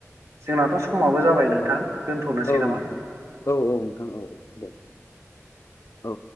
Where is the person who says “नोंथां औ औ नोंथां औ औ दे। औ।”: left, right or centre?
Left